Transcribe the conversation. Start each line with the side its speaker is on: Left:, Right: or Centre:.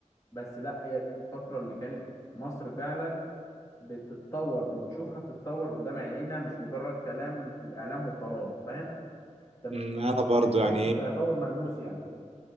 Left: بس لا هي دي الفترة اللي كانت مصر فعلا بتتطور بنشوفها بتتطور قدام عينينا مش مجرد كلام في الإعلام وخلاص فاهم؟ أنت بت-
Right: أمم، أنا برضو
Left: بتحس
Right: يعني إيه
Left: بتطور ملموس يعني